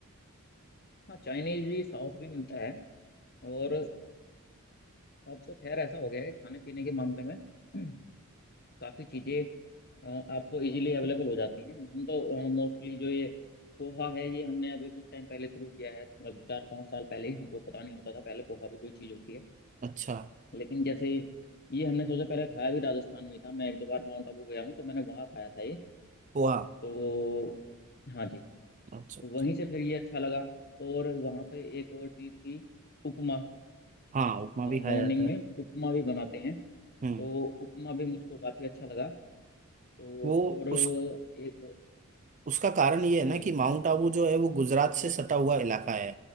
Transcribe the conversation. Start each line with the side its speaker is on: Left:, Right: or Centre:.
Left: हाँ चाइनीज भी साउथ भी मिलता है और अब तो खैर ऐसा हो गया है खाने पीने के मामले में <clears throat> काफ़ी चीज़ें अ, आपको इजीली अवेलेबल हो जाती हैं हम तो मोस्टली जो ये पोहा है ये हमने अभी कुछ टाइम पहले शुरू किया है लगभग चार पाँच साल पहले ही हमको पता नहीं होता था पहले पोहा भी कोई चीज़ होती है
Right: अच्छा
Left: लेकिन जैसे ये हमने सबसे पहले खाया भी राजस्थान में ही था मैं एक दो बार माउंट आबू गया हूँ तो मैंने वहाँ खाया था ये
Right: पोहा
Left: तो हाँ जी
Right: अच्छा अच्छा।
Left: वहीं से फिर ये अच्छा लगा और वहाँ पे एक और चीज़ थी उपमा
Right: हाँ उपमा भी खाया
Left: मॉर्निंग
Right: जाता है
Left: में उपमा भी बनाते हैं
Right: हम्म
Left: तो उपमा भी मुझको काफ़ी अच्छा लगा तो
Right: वो
Left: और
Right: उस
Left: एक
Right: उसका कारण ये है ना
Left: जी
Right: कि माउंट आबू जो है वो गुजरात से सटा हुआ इलाका है